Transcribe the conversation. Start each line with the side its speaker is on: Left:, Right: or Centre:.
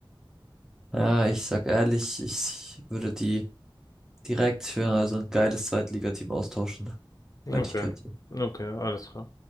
Centre: Ja, ich sag ehrlich, ich würde die direkt für so ein geiles Zweitligateam austauschen,
Left: Okay,
Centre: wenn ich könnte.
Left: okay, alles klar.